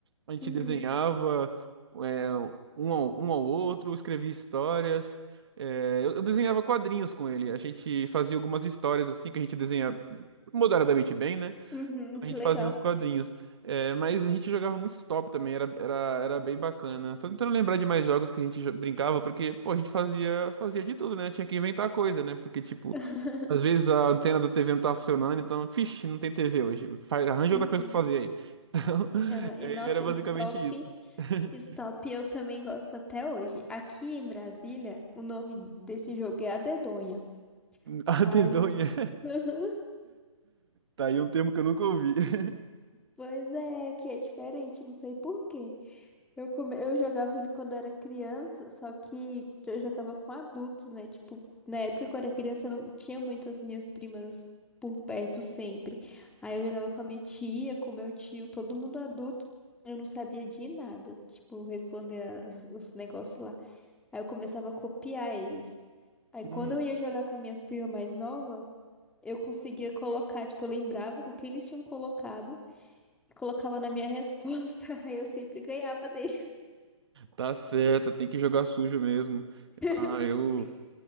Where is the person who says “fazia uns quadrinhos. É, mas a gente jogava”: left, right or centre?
Right